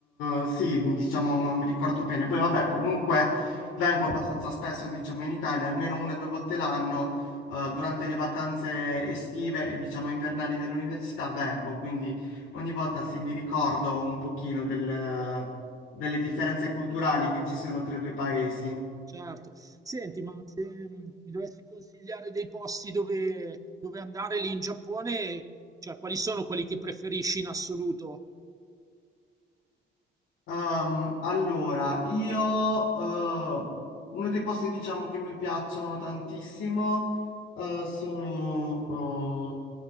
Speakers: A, on the left; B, on the right.
A: eh, eh, sì, diciamo, mi ricordo bene. Poi vabbè, comunque vengo abbastanza spesso, diciamo, in Italia, almeno una o due volte l'anno, eh, durante le vacanze estive e, diciamo, invernali dell'università vengo, quindi ogni volta sì, mi ricordo un pochino del- delle differenze culturali che ci sono tra i due paesi.
B: Certo. Senti, ma se mh, mi dovessi consigliare dei posti dove, dove andare lì in Giappone, cioè quali sono quelli che preferisci in assoluto?
A: Ehm, allora, io, eh, uno dei posti, diciamo, che mi piacciono tantissimo eh, sono eh,